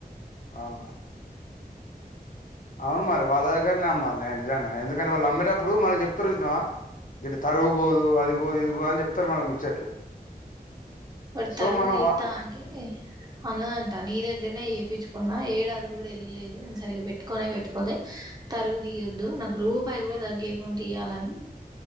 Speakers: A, on the left; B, on the right.
A: అహా అవును మరి వాళ్ళ దగ్గరనే అమ్మాలి నేను నిజంగానే ఎందుకంటే వాళ్ళు అమ్మేటప్పుడు మనకు చెప్తారు చూసినవా దీంట్ల తరుగు పోదు అది పోదు ఇది పోదు అని చెప్తారు మనకు ముచ్చట్లు
B: వాడు
A: సో
B: తరుగు
A: మనం
B: తీస్తా
A: వా-
B: అంటే అన్న అంటా నీ దగ్గరనే చేపించుకున్న ఏడాది కూడా ఎళ్ళలేదు నేను సరిగ్గా పెట్టుకనే పెట్టుకోలే తరుగు తీయొద్దు నాకు రూపాయి కూడా తగ్గియకుండా ఇయ్యలని